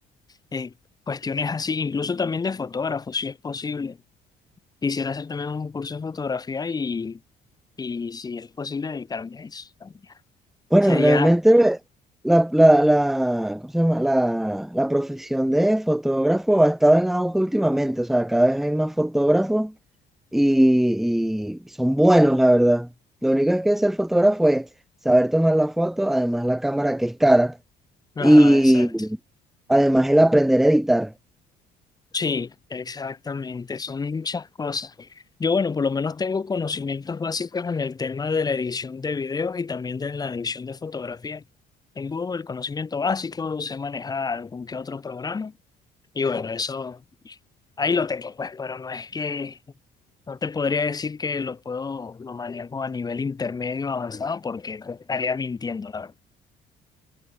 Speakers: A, on the left; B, in the centre.
A: eh, cuestiones así, incluso también de fotógrafo, si es posible. Quisiera hacer también un curso de fotografía y, y si es posible dedicarme a eso también.
B: Bueno,
A: Sería,
B: realmente la, la, la, ¿cómo se llama? La, la profesión de fotógrafo ha estado en auge últimamente, o sea, cada vez hay más fotógrafos y, y son buenos, la verdad. Lo único es que ser fotógrafo es saber tomar la foto, además la cámara que es cara
A: ajá,
B: y
A: exacto.
B: además el aprender a editar.
A: Sí, exactamente, son muchas cosas. Yo, bueno, por lo menos tengo conocimientos básicos en el tema de la edición de videos y también de la edición de fotografía. Tengo el conocimiento básico, sé manejar algún que otro programa y bueno, eso ahí lo tengo, pues, pero no es que No te podría decir que lo puedo, lo manejo a nivel intermedio avanzado porque te estaría mintiendo, la verdad.